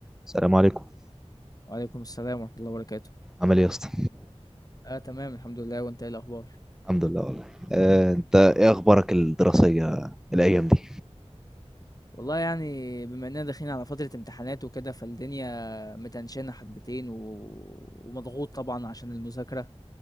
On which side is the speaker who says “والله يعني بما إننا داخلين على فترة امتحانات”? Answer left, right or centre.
Left